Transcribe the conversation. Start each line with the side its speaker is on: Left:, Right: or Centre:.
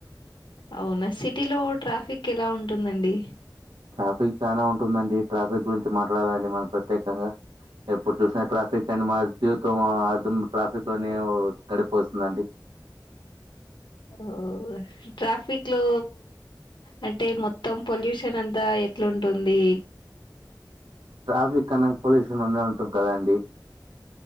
Left: అవునా సిటీలో ట్రాఫిక్ ఎలా ఉంటుందండి
Right: ట్రాఫిక్ చాలా ఉంటుందండి. ట్రాఫిక్ గురించి మాట్లాడాలండి మనం ప్రత్యేకంగా ఎప్పుడు చూసినా ట్రాఫిక్ అండి మా జీవితంలో అర్థం ట్రాఫిక్ లోనే గడిపోస్తుందండి
Left: ఓ ట్రాఫిక్ లో అంటే మొత్ మొత్తం పొల్యూషన్ అంతా ఎట్లుంటుంది
Right: ట్రాఫిక్ కన్నా పొల్యూషన్ ఉండ ఉంటుంది కదండి